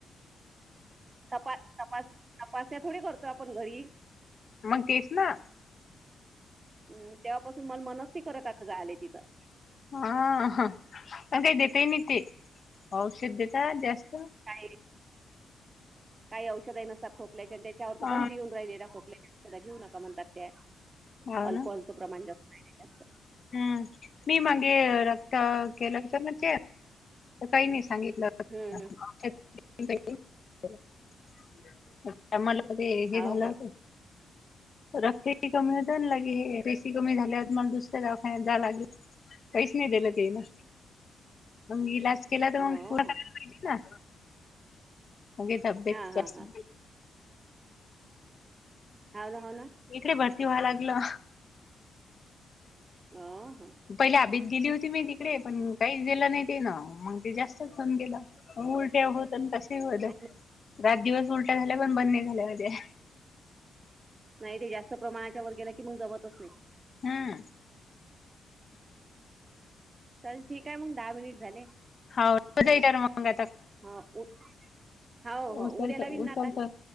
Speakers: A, on the right; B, on the left.
A: तपा तपास तपासण्या थोडी करतोय आपण घरी.
B: मग तेच ना.
A: हम्म तेव्हापासून मला मनच नाही करत आता जायले तिथं.
B: हा अ काय देत ही नाही ते औषध देेता जास्त.
A: काय काही औषध नसतात खोकल्याचे आणि त्याच्यावर च
B: हा
A: पण देवून राहिले त्या खोकल्या घेऊ नका म्हणतात ते
B: हाव
A: अल्कोहलचं
B: ना.
A: प्रमाण जास्त आहे त्याच्यात त.
B: हम्म नाही मगे रक्त केलं होत न चेक तर काही नाही सांगितल. <unintelligible>
A: हम्म, हम्म.
B: मला मध्ये हे झाल
A: हो काय
B: असलं. <unintelligible> रक्त कमी होते अन लगे हे पेसी कमी झाल्यात मग दुसऱ्या दवाखान्यात जाव लागलं काहीच नाही दिल त्याईन. मग इलाज केला तर
A: हो
B: मग पुरा
A: हो.
B: करा लागिना तब्येत
A: हा
B: जास्त
A: हा हा हाव ना हाव ना.
B: <unintelligible> इकडे भरती व्हाया लागल.
A: हां हां.
B: पहिले हबीत गेली होती मी तिकडे. पण- काहीच दिलं नाही तेन. मग ते जास्तच होऊन गेल. उलट्या होत आणि कसेही होत.
A: नाही मग
B: रात दिवस उलट्या झाल्या. पण बंद नाही झाल्या माझ्या.
A: नाही बाई. जास्त प्रमाणाच्या वर गेल की मग जमतचं नाही.
B: हा.
A: चल ठीक आहे मग. दहा मिनिट झाले.
B: हाव तर मंगा
A: हो, उ हो,
B: <unintelligible> उचलतो
A: हो. उद्या लावीन
B: उचलतो.
A: ना आता.